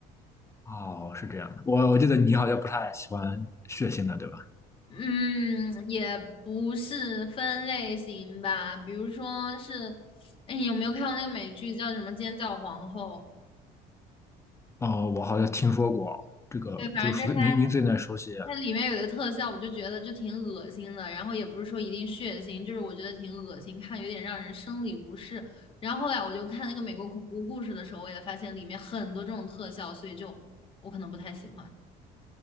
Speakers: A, on the left; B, on the left.
A: 哦，是这样的，我我记得你好像不太喜欢血腥的，对吧？
B: 嗯，也不是分类型吧，比如说是，哎，你有没有看过那个美剧叫什么《尖叫皇后》？
A: 哦，我好像听说过这个这个熟名名字有点熟悉。
B: 对，反正就是。它里面有的特效，我就觉得就挺恶心的，然后也不是说一定血腥，就是我觉得挺恶心，看有点让人生理不适。然后后来我就看那个美国恐怖故事的时候，我也发现里面很多这种特效，所以就我可能不太喜欢。